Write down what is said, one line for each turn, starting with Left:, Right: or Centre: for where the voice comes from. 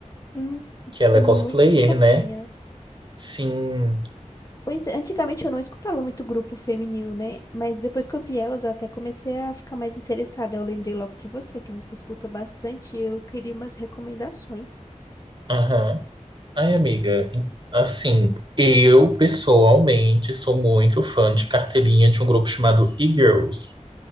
Left: Hum,
Right: que
Left: sim,
Right: ela é cosplayer,
Left: muito fofinhas.
Right: né? Sim.
Left: Pois é, antigamente eu não escutava muito grupo feminino, né? Mas depois que eu vi elas, eu até comecei a ficar mais interessada. Eu lembrei logo de você, que você escuta bastante, e eu queria umas recomendações.
Right: Aham. Ai, amiga, em- assim, eu pessoalmente sou muito fã de carteirinha de um grupo chamado E-Girls.